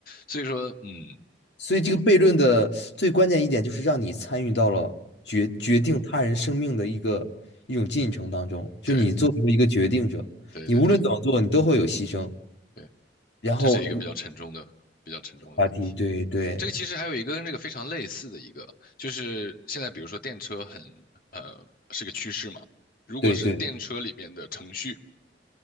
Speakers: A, on the left; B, on the left.
A: 所以说，嗯，
B: 所以这个悖论的最关键一点就是让你参与到了决决定他人生命的一个一种进程当中，就你作为一个决定者，
A: 对对对对
B: 你无论怎么做，你都会有牺牲，
A: 对，
B: 然后嗯，
A: 这是一个比较沉重的比较沉重的问题。
B: 话题，对对
A: 这个其实还有一个跟这个非常类似的一个，就是现在比如说电车很呃是个趋势嘛，如果是电车里边的程序
B: 对对。